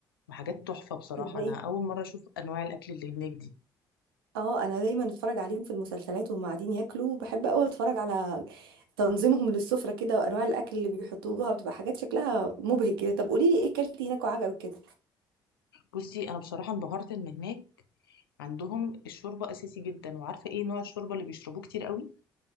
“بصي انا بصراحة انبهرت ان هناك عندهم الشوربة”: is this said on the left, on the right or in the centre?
Left